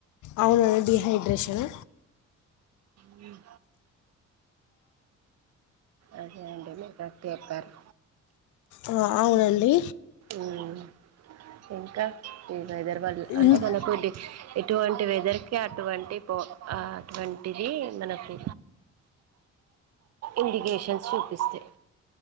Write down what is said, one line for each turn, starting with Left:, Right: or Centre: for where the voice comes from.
Left: అవునండి డీహైడ్రేషన్
Right: ఉమ్ అదే అండి మీ కక్ట్ చెప్పారు
Left: అ అవునండి
Right: మ్మ్ ఇంకా ఇ వెదర్ వల్ అంటే
Left: ఇం-
Right: మనకు ఇటువంటి వెదర్కి అటువంటి పో అటువంటిది మనకు ఇండిగేషన్స్ చూపిస్తయి